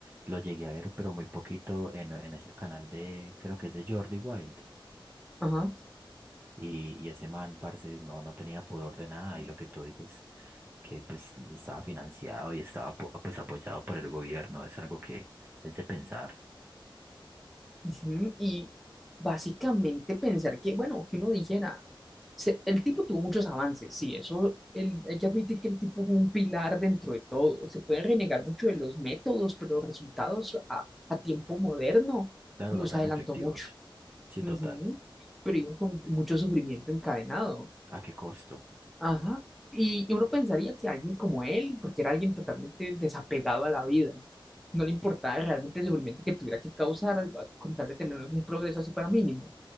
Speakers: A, on the right; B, in the centre.
A: lo llegué a ver, pero muy poquito en, en este canal de, creo que es de Jordi Wild.
B: Ajá.
A: Y, y ese man, parce, no, no tenía pudor de nada. Y lo que tú dices, que pues estaba financiado y estaba apo- pues apoyado por el gobierno, es algo que es de pensar.
B: Ujú, Y básicamente pensar que, bueno, que uno dijera, se- el tipo tuvo muchos avances, sí, eso el- hay que admitir que el tipo fue un pilar dentro de todo. Se pueden renegar mucho de los métodos, pero los resultados a, a tiempo moderno
A: Claro,
B: nos
A: eran
B: adelantó
A: efectivos.
B: mucho.
A: Sí,
B: Ujú.
A: total.
B: Pero iban con mucho sufrimiento encadenado.
A: ¿A qué costo?
B: Ajá. Y, y uno pensaría que alguien como él, porque era alguien totalmente desapegado a la vida, no le importaba realmente el sufrimiento que tuviera que causar al- con tal de tener algún progreso así para mínimo.